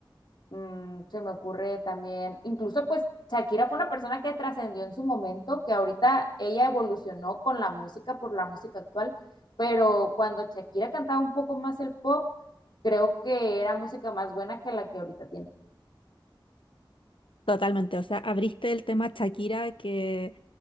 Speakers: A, on the left (about 60°); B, on the left (about 80°).
A: Mm, se me ocurre también, incluso pues Shakira fue una persona que trascendió en su momento, que ahorita ella evolucionó con la música por la música actual, pero cuando Shakira cantaba un poco más el pop, creo que era música más buena que la que ahorita tiene.
B: Totalmente. O sea, abriste el tema Shakira, que